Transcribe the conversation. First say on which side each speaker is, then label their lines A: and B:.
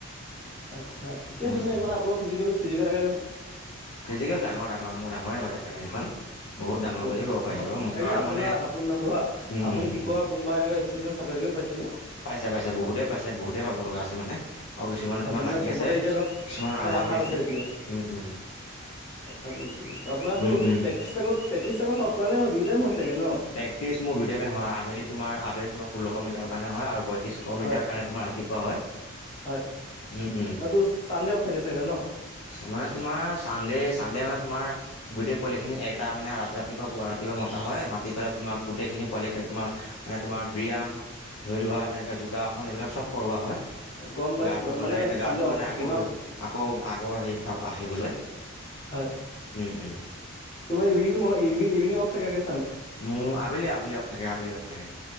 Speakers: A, on the left; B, on the left.
A: আচ্ছা ঠিক
B: উম
A: চলে
B: উম
A: আপোনাৰ ফিজিকেল ফিজিকেল এ
B: ফিজিকেল ডাঙৰ, ডাঙৰ। মোৰ ডাঙৰে বাৰু একাডেমীখন। বহুত
A: ঠিকে
B: ডাঙৰ বুলিয়ে
A: আছে
B: ক'ব পাৰি বাৰু মোৰ
A: এনে
B: কাৰণ
A: আপোনাৰ
B: মানে
A: আপোন ধৰা
B: উম
A: আপুনি
B: উম
A: শিকোৱা
B: উম
A: কোনোবা এনেকুৱা ষ্টুডে চাকৰিও পাইছেনে?
B: পাইছে, পাইছে। বহুতে পাইছে। বহুতেই পাব লগা আছে মানে। আও কিছুমানে
A: হয়,
B: তোমাৰ
A: হয় মানে
B: লাগি
A: চবতে
B: আছে।
A: এতিয়া ধৰক
B: কিছুমানৰ
A: চব
B: আধা
A: আশাত
B: হৈ আছে।
A: এতিয়া।
B: উম, উম।
A: আচ্ছা বুইছো, বুইছো। আপোনাৰোটো
B: উম
A: <unintelligible>
B: উম
A: হয় দুই টাইম হয় চাগে ন?
B: প্ৰেকটিচ মোৰ দুই টাইমে হয়। আবেলি তোমাৰ আবেলি তোমাৰ ষোল্লশ মিটাৰৰ কাৰণে হয় আৰু পয়ত্ৰিছশ
A: হয়,
B: মিটাৰ কাৰণে তোমাৰ ৰাতিপুৱা হয়।
A: হয়।
B: উম উম
A: ক টো চানডে অফ থাকে চাগে ন?
B: মানে তোমাৰ চানডে, চানডে মানে তোমাৰ গোটেই পোৱালিখিনি এটা মানে ৰা ৰাতিপুৱা কুৱা ৰাতিপুৱা মতা হয়। মাতি ধৰা তোমাক তোমাক গোটেইখিনি পোৱালিকে তোমাৰ মানে তোমাৰ ব্যায়াম ধৰি লোৱা এনেকৈ যোগাসন এইবিলাক চব কৰোৱা হয়।
A: গম পাইছো
B: গাটো
A: বাৰু
B: মানে
A: চানডে
B: গাটো মানে
A: অফ থাকে
B: আকৌ
A: ন?
B: আকৌ আগৰ হেৰি ত আহিবলৈ
A: হয়।
B: উম উম
A: তোমাৰ ইভিনিং অ ইভিনিং অফ চাগে
B: মোৰ আবেলি আবেলি অফ থাকে, আবেলি অফ থাকে।